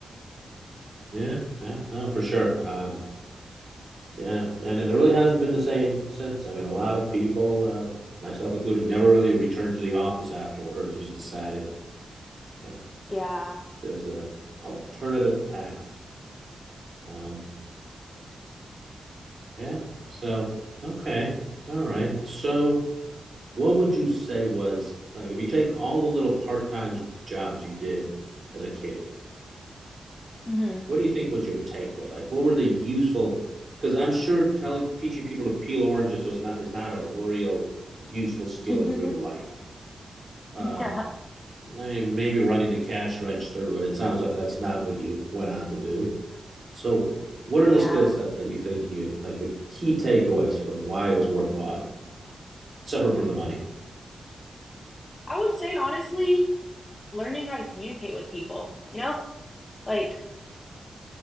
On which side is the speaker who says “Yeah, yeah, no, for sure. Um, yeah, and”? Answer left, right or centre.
Right